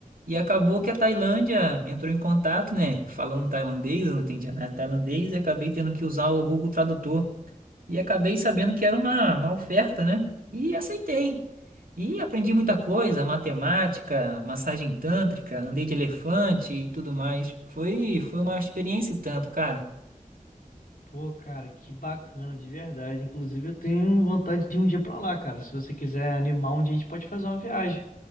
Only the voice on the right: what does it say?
E acabou que a Tailândia entrou em contato, né? Falando tailandês, eu não entendia nada de tailandês e acabei tendo que usar o Google Tradutor. E acabei sabendo que era uma, uma oferta, né? E aceitei. E aprendi muita coisa, matemática, massagem tântrica, andei de elefante e tudo mais. Foi, foi uma experiência e tanto, cara.